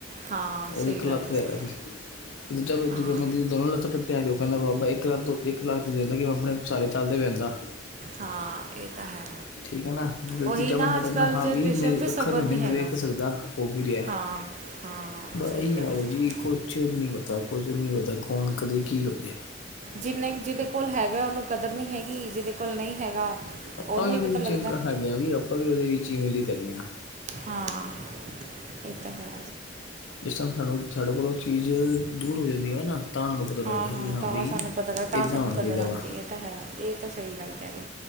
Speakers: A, on the right (about 40°); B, on the left (about 85°).
A: ਹਾਂ
B: ਔ
A: ਸਹੀ
B: ਇੱਕ ਲੱਤ
A: ਗੱਲ ਹੈ
B: ਤੇ ਹੈਗਾ
A: ਸਹੀ
B: ਸੀ। <unintelligible> ਦੋਨੋ
A: ਹਾਂ
B: ਲੱਤਾ ਟੁੱਟਿਆ ਸੀ ਉਹ ਕਹਿੰਦਾ ਬਾਬਾ ਇੱਕ ਲੱਤ ਤੋਂ ਇੱਕ ਲੱਤ ਤੇ ਦਿੰਦਾ ਕਿ ਮੈਂ ਆਪਣੇ ਸਹਾਰੇ ਚੱਲ ਤਾਂ ਪੈਂਦਾਂ। <inaudible>
A: ਹਾਂ, ਏ ਤਾਂ ਹੈ।
B: ਠੀਕ ਐ ਨਾ,
A: ਉਹੀ
B: ਤੀਜਾ
A: ਨਾ
B: ਬੰਦਾ ਕੈਂਦਾ
A: ਅੱਜ ਕੱਲ੍ਹ
B: ਹਾਂ
A: ਜਨਰੇਸ਼ਨ
B: ਬੀ ਮੇਰੀ
A: 'ਚ
B: ਅੱਖਾ
A: ਸਬਰ
B: ਤੇ ਹੁੰਦੀਆਂ
A: ਨਹੀਂ
B: ਮੈਂ
A: ਹੈਗਾ
B: ਵੇਖ ਤੇ ਸਕਦਾਂ ਹੋ ਕੀ ਰਿਆ।
A: ਹਾਂ ਹਾਂ
B: ਬਸ
A: ਸਹੀ
B: ਇਹੀ
A: ਗੱਲ
B: ਹਾਲ
A: ਹੈ
B: ਐ ਜੀ ਕੁੱਛ ਨੀ ਪਤਾ, ਕੁਝ ਨੀ ਪਤਾ ਕੌਣ ਕਦੇ ਕੀ ਹੋਜੇ।
A: ਜਿੰਨੇ ਜਿਦੇ ਕੋਲ ਹੈਗਾ ਓਨੂੰ ਕਦਰ ਨੀ ਹੈਗੀ, ਜਿਦੇ ਕੋਲ ਨਈ ਹੈਗਾ
B: ਆਪਾਂ
A: ਉਹਨੂੰ
B: ਵੀ
A: ਹੀ
B: ਉਦੇ
A: ਪਤਾ
B: ਵਿੱਚ
A: ਲੱਗਦਾ
B: ਹੈਗੇ ਆ, ਵੀ ਆਪਾਂ ਵੀ ਉਦੇ ਵਿੱਚ ਈ ਮਿਲੀਤ ਹੈਗੇ ਆ।
A: ਹਾਂ, ਏ ਤਾਂ ਹੈ।
B: ਜਿਸ ਟੈਮ ਸਾਡ ਸਾਡੇ ਕੋਲੋਂ ਓ ਚੀਜ਼, ਦੂਰ ਹੋ ਜਾਂਦੀ ਐ ਨਾ ਤਾਂ ਸਾਨੂੰ ਪਤਾ
A: ਹਾਂ-
B: ਲੱਗਦਾ
A: ਹਾਂ
B: ਕਿ
A: ਤਾਂ
B: ਬਈ
A: ਸਾਨੂੰ ਪਤਾ ਲੱਗ, ਤਾਂ
B: ਇਦਾਂ
A: ਸਾਨੂੰ
B: ਹੋਣਾ
A: ਕਦਰ
B: ਚਾਹੀਦਾ
A: ਆਂਦੀ
B: ਵਾ
A: ਆ ਏ ਤਾਂ ਹੈ। ਏ ਤਾਂ ਸਈ ਗੱਲ ਕਹਿ ਰੇ,